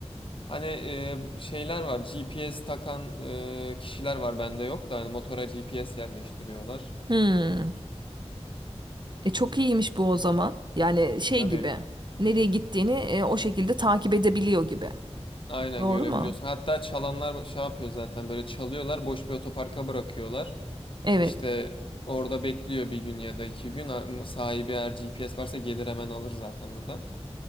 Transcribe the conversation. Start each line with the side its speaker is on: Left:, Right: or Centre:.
Left: hani e, şeyler var GPS takan e, kişiler var bende yok da hani motora GPS yerleştiriyorlar.
Right: Hmm. E çok iyiymiş bu o zaman. Yani şey
Left: Tabii
Right: gibi nereye gittiğini e, o şekilde takip edebiliyor gibi.
Left: Aynen
Right: Doğru
Left: görebiliyorsun.
Right: mu?
Left: Hatta çalanlar şey yapıyor zaten böyle çalıyorlar boş bir otoparka bırakıyorlar.
Right: Evet.
Left: İşte orada bekliyor bir gün ya da iki gün. Am- Sahibi eğer GPS varsa gelir hemen alır zaten oradan.